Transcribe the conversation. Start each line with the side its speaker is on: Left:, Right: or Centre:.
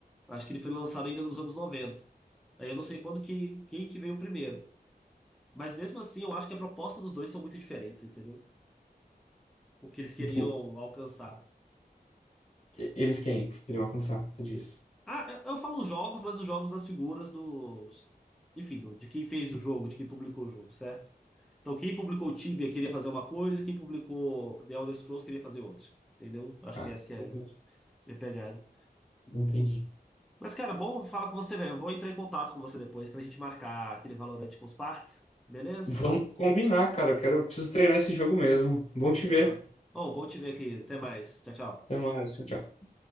Centre: Acho que ele foi lançado ainda nos anos noventa Aí eu não sei quando que, quem que veio primeiro. Mas mesmo assim, eu acho que a proposta dos dois são muito diferentes, entendeu? O que eles queriam
Left: Do-
Centre: alcançar.
Left: eles quem? Queriam alcançar, você disse.
Centre: Ah, eu, eu falo os jogos, mas os jogos das figuras dos. Enfim, do- de quem fez o jogo, de quem publicou o jogo, certo? Então, quem publicou o Tibia queria fazer uma coisa, quem publicou The Elder Scrolls queria fazer outra. Entendeu? Acho
Left: Ah,
Centre: que essa que é
Left: entendi.
Centre: a minha pegada.
Left: Entendi.
Centre: Mas, cara, bom falar com você, velho. Eu Vou entrar em contato com você depois pra gente marcar aquele Valorante com os partes, beleza?
Left: Vamos combinar, cara. Quero, preciso treinar esse jogo mesmo. Bom te ver.
Centre: Na- Ô, bom te ver aqui. Até mais. Tchau, tchau.
Left: Até mais. Tchau, tchau.